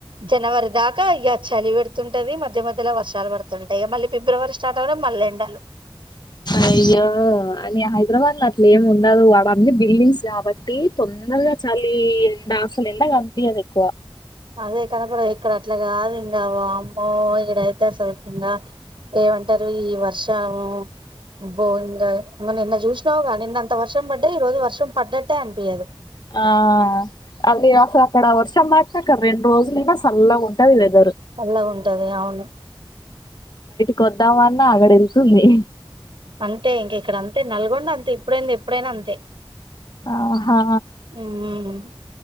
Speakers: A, on the right; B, on the left.
A: జనవరి దాకా ఇగా చలి వేడుతుంటది మధ్య మధ్యలా వర్షాలు వాడుతుంటాయ్ ఇగా మళ్ళీ ఫిబ్రవరి స్టార్ట్ అవడం మళ్ ఎండలు
B: అయో అని హైద్రావాద్ లో అట్లే ఏమి ఉండదు. అవన్ని బిల్డింగ్స్ గాబట్టి తొందర్ చ చలి ఎండ అసలు ఎండ గంపియాద్ ఎక్కువ
A: అదే కనబడయ్ ఇక్కడ అట్లా గాదు ఇంగా వామ్మో ఇడైతే అసక్ ఇంగా ఏవంటారు ఈ వర్షము బో ఇంగా నిన్న జూష్ణవుగా నిన్నన్ తా వర్షం పడయ్ ఈ రోజు వర్షం పడంటే అన్పియదు.
B: ఆ అది అసలు అక్కడ వర్షం మంటకు రెండు రోజులైనా సల్లగా ఉంటది. వేద్
A: అలాగుంటది. అవును
B: కొద్దామన్నా ఆగడ్ ఏళ్తుంది.
A: అంతే ఇంకా ఇక్కడ అంతే నల్గొండ అంతే ఇప్పుడైంది ఎప్పుడైనా అంతే
B: ఆహా
A: ఉమ్